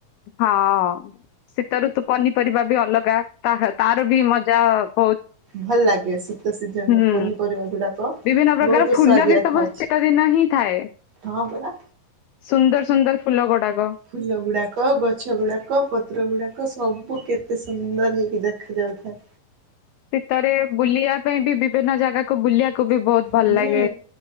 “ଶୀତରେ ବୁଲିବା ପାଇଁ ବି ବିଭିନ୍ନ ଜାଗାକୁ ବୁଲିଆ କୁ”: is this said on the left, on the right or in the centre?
Left